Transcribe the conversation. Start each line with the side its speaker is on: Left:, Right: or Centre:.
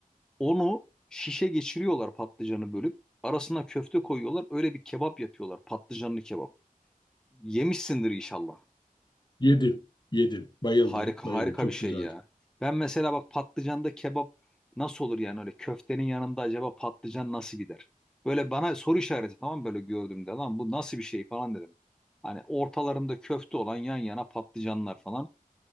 Centre: Onu şişe geçiriyorlar patlıcanı bölüp. Arasına köfte koyuyorlar. Öyle bir kebap yapıyorlar. Patlıcanlı kebap. Yemişsindir inşallah.
Left: Yedim, yedim. Bayıldım,
Centre: Harika
Left: bayıldım.
Centre: harika
Left: Çok
Centre: bir şey
Left: güzeldi.
Centre: ya. Ben mesela bak patlıcanda kebap nasıl olur yani öyle köftenin yanında acaba patlıcan nasıl gider? Böyle bana soru işareti tamam mı? böyle gördüğümde lan bu nasıl bir şey falan dedim. Hani ortalarında köfte olan yan yana patlıcanlar falan.